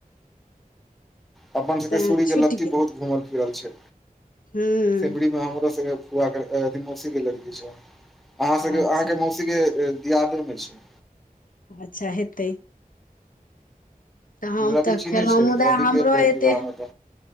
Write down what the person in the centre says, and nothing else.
अपन सबके
सूरी के
लत्ती
बहुत घूमल फिरल छै।
सिमरी में हमरो सबके मौसी के लड़की छै अहाँ सब
अहाँके मौसी के दियादे मे छी।
रवि
चिन्है
छै
रवि
गेल रहै
विवाहमे तऽ